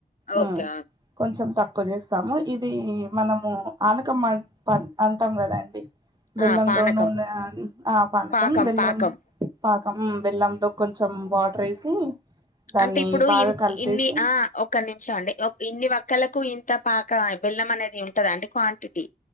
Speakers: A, on the right; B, on the left.
A: ఉమ్
B: ఓకే ఓకే.
A: కొంచెం తక్కువ చేస్తాము ఇది ఇది మనము ఆనకం అంటాం కదాండి బెల్లం
B: ఆ పానకం
A: లోన్నన్న ఆ పనకం
B: పాకం
A: బెల్లం
B: పాకం
A: పా ఆమ్ బెల్లం తో కొంచెం వాటర్ వేసి దాన్ని
B: అంటే ఇప్పుడు
A: బాగా
B: ఇ
A: కలిపేసి
B: ఇన్ని ఆ ఒక నిమిషం అండి ఇన్ని ఒక్కలకు ఇంత పా ఇ బెల్లం అనేది ఉంటదా అండి క్వాంటిటీ